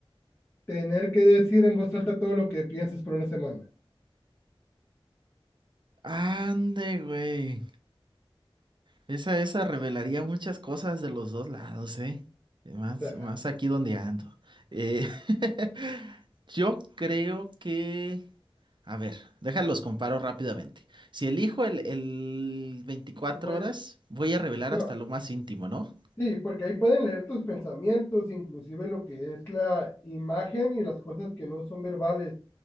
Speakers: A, on the left; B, on the right.
A: tener que decir en voz alta todo lo que piensas por una semana?
B: Ande, güey. Esa, esa revelaría muchas cosas de los dos lados, ¿eh? Y Más,
A: O sea,
B: más aquí donde ando. Eh, <laughs> yo creo que... A ver, déjalos comparo rápidamente. Si elijo el, el 24
A: que puede,
B: horas, voy a revelar
A: pero
B: hasta lo más íntimo, ¿no?
A: sí, porque ahí pueden leer tus pensamientos, inclusive lo que es la imagen y las cosas que no son verbales.